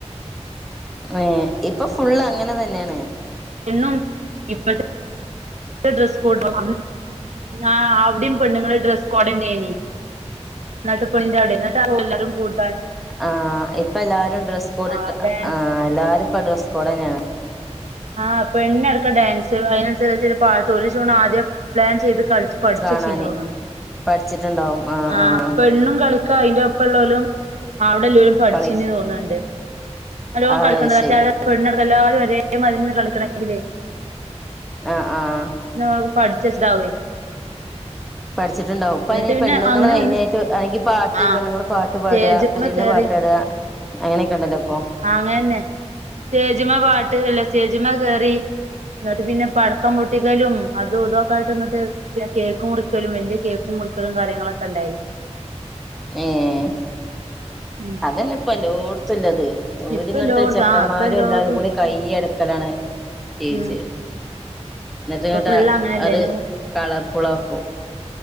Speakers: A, in the centre; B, on the right.
A: ഏഹ് ഇപ്പ ഫുള്ള് അങ്ങനെ തന്നെണ്
B: പെണ്ണും ഇപ്പൾത്തെ ഡ്രെസ്സ് കോഡ്ണ്ടന്ന് ആ അവടീം പെണ്ണ്ങ്ങള് ഡ്രസ് കോഡന്നെയ്നി ന്നട്ട് പെണ്ണിന്റെഅവടെ ന്നട്ട് എല്ലാരുംകൂട്
A: ആഹ് ഇപ്പല്ലാരും ഡ്രസ്സ് കോഡട്ട്
B: ആ ഡാൻസ്
A: ആ എല്ലാരുപ്പ ഡ്രസ്സ് കോഡന്നേണ്
B: ആഹ് പെണ്ണടക്കം ഡാൻസ് അതിനനുസരിച്ച് ഒരു പാട്ട് ഒലിച്ചോണ് ആദ്യം പ്ലാൻ ചെയ്ത് കളിച്ചു പഠിച്ചചീന്ന്
A: കാണാന്
B: തോന്നുണു
A: പഠിച്ചിട്ടുണ്ടാവും ആഹ്
B: ആപട്
A: ആഹ്
B: പെണ്ണും കളിക്കാ അയ്ന്റൊപ്പള്ളോലും അവടെല്ലോലും പഠിചീനി
A: കളി
B: തോന്ന്ണ്ട് നല്ലോ
A: അഹ്
B: കളികണ്ട് മറ്റേ
A: ശരി
B: പെണ്ണടക്കം എല്ലാരും ഒരേ മാതിരി നിന്ന് കളിക്കണെങ്കില്
A: ആഹ് ആഹ്
B: ന്നോൽ പഠിചെച്ചതാവെ
A: പഠിച്ചിട്ടുണ്ടാവും ഇപ്പഅയ്ൻ
B: എന്നിട്ട് പിന്നെ
A: പെണ്ണുങ്ങള്
B: അങ്ങനെ
A: അയിനായിട്ട്
B: വന്ന്
A: അല്ലെങ്കി പാട്ട്
B: ആ
A: പെണ്ണുങ്ങള് പാട്ട്പാടാ
B: സ്റ്റേജിമ്മ
A: പുതിയണ്ണ്
B: കേറി
A: പാട്ടാടാ അങ്ങനെക്കണ്ടല്ലോപ്പോ
B: ആഹ് അങ്ങനന്നെ സ്റ്റേജ്മ്മേ പാട്ട് അല്ല സ്റ്റേജ്ജ്മ്മേ കേറി ഇന്നട്ട് പിന്നെ പടക്കംപൊട്ടിക്കലും അതും ഇതൊക്കെ ആയിട്ട് ഇങ്ങിട്ട് പിന്നെ കേക്കും മുറിക്കലും വലിയ കേക്കും മുറിക്കലും കാര്യങ്ങളൊക്കെണ്ടായിനി
A: ഏഹ്
B: ഉം
A: അതന്നെ ഇപ്പല്ലോടുത്തുള്ളത് ഓലിങ്ങട്ട്
B: ഇപ്പ എല്ലോടത്തും
A: ചെക്കന്മാരും
B: ആ ഇപ്പ എല്ലോടത്തും
A: എല്ലാരുംകൂടി കയ്യടക്കലാണ് സ്റ്റേജ്
B: ഉം
A: ഇന്നട്ട്ങ്ങട്ട്
B: ഇപ്പൊ ഫുള്ള് അങ്ങനെയല്ലേനോ
A: അത് കളർഫുളാക്കും